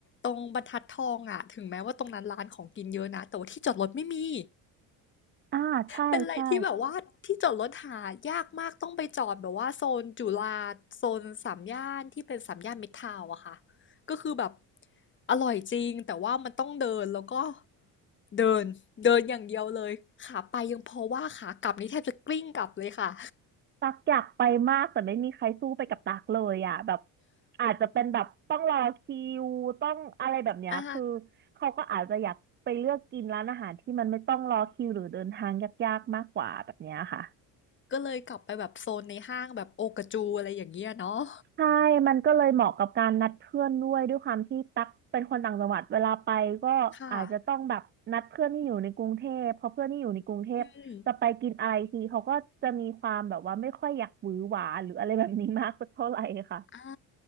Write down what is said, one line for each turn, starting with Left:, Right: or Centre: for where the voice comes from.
Left: ตรงบรรทัดทองอะถึงแม้ว่าตรงนั้นร้านของกินเยอะนะแต่ว่าที่จอดรถไม่มี
Right: อ่าใช่ใช่
Left: เป็นอะไรที่แบบว่าที่จอดรถหายากมากต้องไปจอดแบบว่าโซนจุฬาโซนสามย่านที่เป็นสามย่านมิตรทาวน์อะค่ะก็คือแบบอร่อยจริงแต่ว่ามันต้องเดินแล้วก็เดินเดินอย่างเดียวเลยขาไปยังพอว่าขากลับนี่แทบจะกลิ้งกลับเลยค่ะ
Right: ตักอยากไปมากแต่ไม่มีใครสู้ไปกับตักเลยอ่ะแบบอาจจะเป็นแบบต้องรอคิวต้องอะไรแบบเนี้ยคือ
Left: <laughs> อ่า
Right: เขาก็อาจจะอยากไปเลือกกินร้านอาหารที่มันไม่ต้องรอคิวหรือเดินทางยากๆมากกว่าแบบเนี้ยค่ะ
Left: ก็เลยกลับไปแบบโซนในห้างแบบโอกาจูอะไรอย่างเงี้ยเนาะ
Right: ใช่มันก็เลยเหมาะกับการนัดเพื่อนด้วยด้วยความที่ตั๊กเป็นคนต่างจังหวัดเวลาไปก็อาจจะต้องแบบนัดเพื่อนที่อยู่ในกรุงเทพเพราะเพื่อนที่อยู่ในกรุงเทพจะไปกินอะไรทีเขาก็จะมีความแบบว่าไม่ค่อยอยากหวือหวาหรืออะไรแบบนี้มากสักเท่าไหร่ค่ะ
Left: ค่ะ อืมอ่า